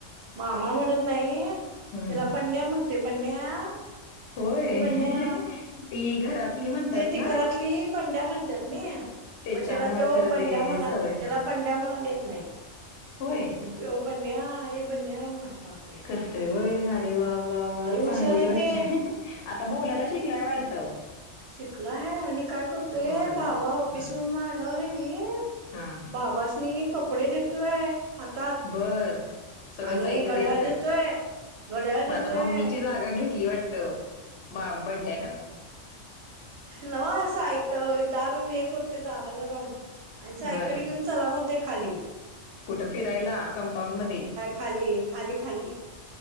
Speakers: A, on the right; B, on the left.
A: मामा म्हणत नाही
B: हम्म
A: त्याला पनण्या्या म्हणते पनण्या
B: होय
A: ए बंड्या
B: ती घरातली म्हणतात
A: ते ती
B: ना
A: घरातली भंड्या म्हणतात ना
B: त्याच्यामुळे
A: मग त्याला तो बंड्या
B: ते
A: म्हणाल
B: सवय
A: त्याला बंड्या म्हणाले येत नाही
B: होय
A: मतेव बन्या ए बन्या मारत
B: करतय वय अरे वा वा वा
A: लई हुशार
B: चांगली
A: आहे
B: गष्ट
A: ते
B: आता बोलायला शिकलाय वाटतं
A: शिकला आहे आणि काय करतोय
B: होय
A: बाबा
B: हा
A: ऑफिसमधून आल्यावर आहे न
B: हा
A: बाबासनी कपडे देतोय हातात
B: बर सगळं
A: आणि
B: साहित्य
A: घड्याळ
B: देतोय
A: जेतोय घड्याळ
B: मग
A: जेतोय
B: आता मम्मीची जागा घेतली वाटत बाम बंड्यान
A: नव असं ऐक दार हे करतोय दाराला जाऊन आणि सायकल
B: बरं
A: घेऊन चला म्हणते्या खाली
B: कुठं फिरायला कंपाऊंड मध्ये
A: खाली खाली खाली